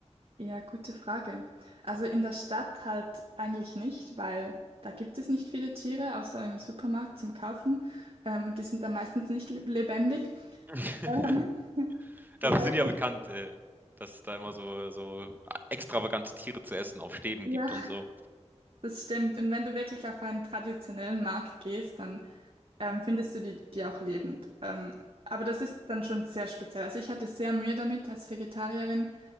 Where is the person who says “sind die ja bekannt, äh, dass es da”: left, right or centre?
Right